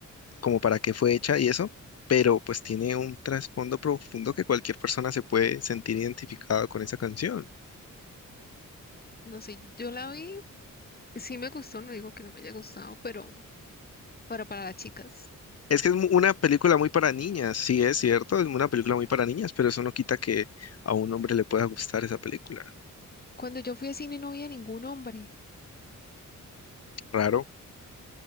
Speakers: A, on the left; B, on the left.
A: como para qué fue hecha y eso, pero pues tiene un trasfondo profundo que cualquier persona se puede sentir identificada con esa canción.
B: No sé, yo la vi, sí me gustó, no digo que no me haya gustado, pero, pero para las chicas.
A: Es que es mu- una película muy para niñas, sí es cierto, es una película muy para niñas, pero eso no quita que a un hombre le pueda gustar esa película.
B: Cuando yo fui a cine no había ningún hombre,
A: Raro.